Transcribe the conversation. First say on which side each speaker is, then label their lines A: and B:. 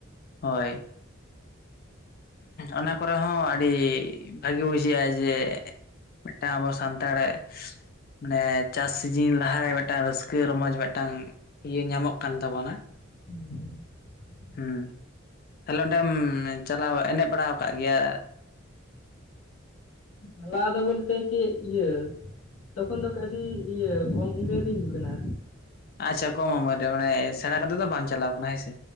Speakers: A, on the left (about 50°); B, on the left (about 80°).
A: ᱦᱚᱭ ᱚᱱᱟ ᱠᱚᱨᱮᱦᱚ ᱟᱹᱰᱤ ᱵᱷᱟᱹᱜᱤ ᱵᱩᱡᱷᱟᱹᱜᱼᱟ ᱡᱮ ᱢᱤᱫᱴᱟᱝ ᱟᱵᱚ ᱥᱟᱱᱛᱟᱲ ᱢᱟᱱᱮ ᱪᱟᱥ ᱥᱤᱡᱤᱱ ᱞᱟᱦᱟᱨᱮ ᱢᱤᱫᱴᱟᱝ ᱨᱟᱹᱥᱠᱟᱹ ᱠᱟ. ᱨᱟᱹᱥᱠᱟᱹ ᱨᱚᱢᱚᱡᱽ ᱢᱤᱫᱴᱟᱝ ᱤᱭᱟᱹ ᱧᱟᱢᱚᱜ ᱠᱟᱱ ᱛᱟᱵᱚᱱᱟ᱾
B: <inaudible>
A: ᱦᱮᱸ ᱛᱟᱦᱞᱮ ᱚᱸᱰᱮᱢ ᱪᱟᱞᱟᱣ ᱮᱱᱮᱡ ᱵᱟᱲᱟᱣ ᱠᱟᱜ ᱜᱮᱭᱟ?
B: ᱱᱚᱣᱟ ᱫᱚ ᱩᱞ ᱵᱚᱞᱛᱮ ᱠᱤ ᱤᱭᱟᱹ ᱛᱚᱠᱷᱚᱱ ᱫᱚ ᱟᱹᱰᱤ ᱤᱭᱟᱹ ᱠᱚᱢ ᱩᱢᱮᱨᱤᱧ ᱫᱩᱠᱷᱱᱟ
A: ᱟᱪᱪᱷᱟ ᱠᱚᱢ ᱩᱢᱮᱨ ᱨᱮ ᱢᱟᱱᱮ ᱥᱮᱬᱟ ᱠᱟᱛᱮ ᱫᱚ ᱵᱟᱢ ᱪᱟᱞᱟᱣ ᱠᱟᱱᱟ ᱦᱮᱸ ᱥᱮ